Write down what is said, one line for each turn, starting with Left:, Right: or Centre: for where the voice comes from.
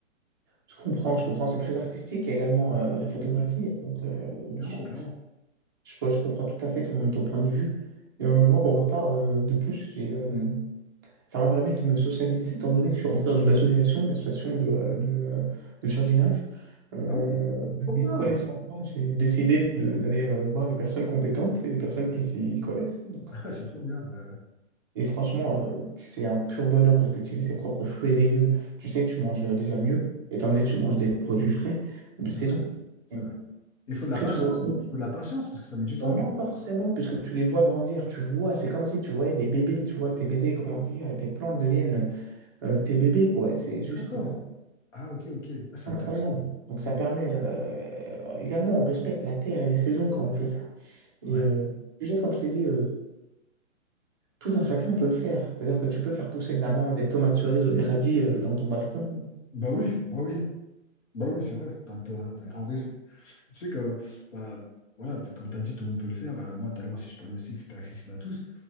Right: Je comprends, je comprends, c'est très artistique, il y a également euh, la photographie,
Left: Et, euh,
Right: donc euh,
Left: clairement,
Right: je,
Left: clairement.
Right: Je, pense- je comprends tout à fait ton, ton point de vue. Et, euh, moi, pour ma part, euh, de plus, j'ai, euh, ça m'a permis de me sociabiliser, étant donné que je suis rentré dans une association, une association de, euh, de, euh, de jardinage. Euh,
Left: Ah oui,
Right: de
Left: trop
Right: mes
Left: bien.
Right: connaissances, j'ai décidé de- d'aller euh, voir les personnes compétentes et les personnes qui s'y connaissent. Donc,
Left: <laughs> C'est trop bien. ouais, ouais.
Right: et franchement, euh, c'est un pur bonheur de cultiver ses propres fruits et légumes. Tu sais, tu manges déjà mieux, étant donné que tu manges des produits frais de
Left: C'est
Right: saison.
Left: vrai, c'est
Right: Donc,
Left: vrai. Il faut de la
Right: Très
Left: patience,
Right: souvent,
Left: non? Il faut de la patience parce que ça met du temps,
Right: Euh, non,
Left: non?
Right: pas forcément, puisque tu les vois grandir, tu vois, c'est comme si tu voyais des bébés, tu vois tes bébés grandir et tes plantes deviennent euh, tes bébés, quoi, et c'est juste
Left: D'accord.
Right: euh,
Left: Ah, ok, ok. Ah, c'est
Right: incroyable.
Left: intéressant.
Right: Donc
Left: Hmm.
Right: ça permet euh, également, on respecte la terre et les saisons quand on fait ça.
Left: Ouais.
Right: Et euh, tu sais, comme je t'ai dit, euh, tout un chacun peut le faire. C'est-à-dire que tu peux faire pousser de l'amande, des tomates cerises ou des radis euh, dans ton balcon.
Left: Bah oui, bah oui. Bah oui, c'est vrai. T'as, t'as, t'as grave raison. Tu sais que, bah, voilà, comme tu as dit, tout le monde peut le faire. Euh, moi, tout à l'heure aussi, je parlais aussi que c'était accessible à tous.